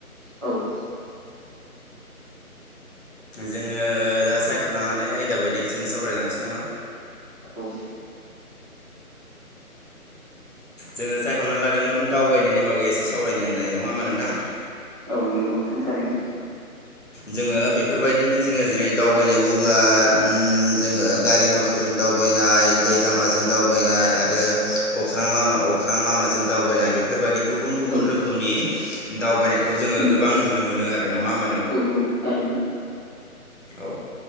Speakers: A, on the left (about 25°); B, on the left (about 55°).
A: औ।
B: जोङो दा सायखना लानाय आयदा बायदि जोङो सावरायलांनोसै नामा।
A: औ।
B: जोङो सायखना लादोंमोन दावबायनायनि बागै एसे सावरायनो होननानै नङा होमबा नोंथां।
A: औ नंगौ नोंथां थारैनो।
B: जोङो बेफोरबायदिनो जोङो जेरै दावबायनाय बुङोब्ला उम जोङो गारि मथरजों दावबायनाय, दै लामाजों दावबायनाय आरो अख्रां लामा अख्रां लामाजों दावबायनाय बेफोरबायदि गुबुन - गुबुन
A: औ
B: रोखोम रोखोमनि दावबायनायखौ जोङो
A: नंगौ
B: गोबां नुनो मोनो आरो नङा होम
A: औ औ थारैनो
B: औ